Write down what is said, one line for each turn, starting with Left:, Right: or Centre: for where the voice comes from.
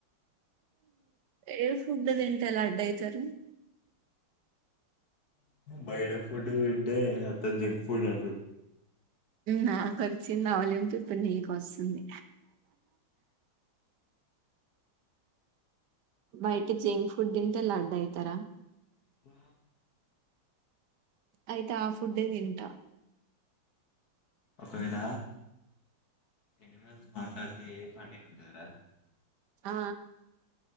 Right: ఏ ఫుడ్ తింటే ఎలా అడ్ అయితారు
Left: బయట ఫుడ్ తింటే అంత జంక్ ఫుడ్ అంట
Right: నాకు వచ్చింది ఆవలింపు ఇప్పుడు నీకు వస్తుంది బయట జంక్ ఫుడ్ తింటే లడ్డు అయితరా
Left: ఆ
Right: అయితే ఆ ఫుడ్డే తింటా
Left: ఒకవేళ ఎని మాట్లాడితే ఏ ఫన్న ఉంటారా
Right: ఆ